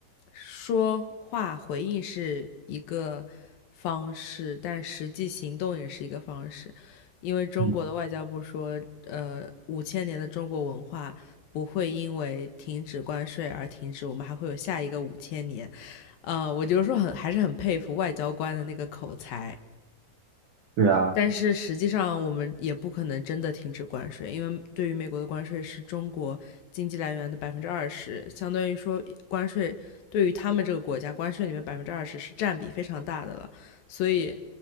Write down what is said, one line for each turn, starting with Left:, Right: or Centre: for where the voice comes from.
Left: 说话回应是一个方式，但实际行动也是一个方式，因为中国的外交部说，
Right: 嗯，
Left: 呃，五千年的中国文化不会因为停止关税而停止，我们还会有下一个五千年，呃，我就说很还是很佩服外交官的那个口才。
Right: 对啊，
Left: 但是实际上，我们也不可能真的停止关税，因为对于美国的关税是中国经济来源的百分之二十，相当于说关税对于他们这个国家，关税里面百分之二十是占比非常大的了。所以，